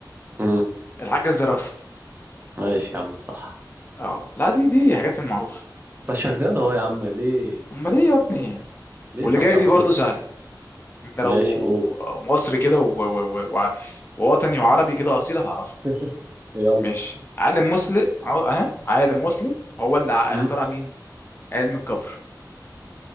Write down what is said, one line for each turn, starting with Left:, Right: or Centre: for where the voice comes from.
Right: امم
Left: الحاجه الزرافه
Right: ماشي يا عم صح
Left: اه لا دي دي حاجات من معروف
Right: بس شغال اهو يا عم ليه
Left: امال ايه يا ابني
Right: ليه
Left: واللي
Right: صغرتنا
Left: جايه دي برضو سهله انت لو
Right: ماشي قول
Left: مصري كده و... و... و... و- ووطني وعربي كده اصيل هتعرفها
Right: <laughs> يلا
Left: ماشي عالم مسلم اهو عالم مسلم هو اللي اخترع
Right: أمم.
Left: مين علم الجبر